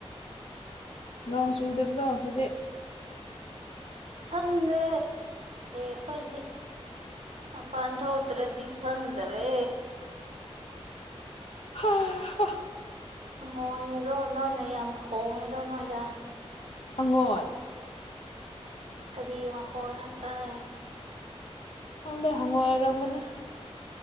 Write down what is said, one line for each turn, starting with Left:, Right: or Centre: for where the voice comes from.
Left: ꯅꯣꯡ ꯆꯨꯗꯕ꯭ꯔꯣ ꯍꯧꯖꯤꯛ
Right: ꯈꯪꯗꯦ ꯑꯈꯣꯏꯗꯤ ꯃꯄꯥꯟ ꯊꯣꯛꯇ꯭ꯔꯗꯤ ꯈꯪꯗ꯭ꯔꯦ
Left: ꯍꯥ ꯍꯥ
Right: ꯍꯪꯉꯣꯏꯔꯣ ꯅꯣꯏꯗ ꯌꯥꯝ ꯈꯣꯡꯉꯤꯗꯣ ꯅꯣꯏꯗ
Left: ꯍꯪꯉꯣꯏ
Right: ꯀꯔꯤ ꯃꯈꯣꯟꯅꯣ ꯇꯥꯏ
Left: ꯈꯪꯗꯦ ꯍꯪꯉꯣꯏ ꯑꯣꯏꯔꯝꯒꯅꯤ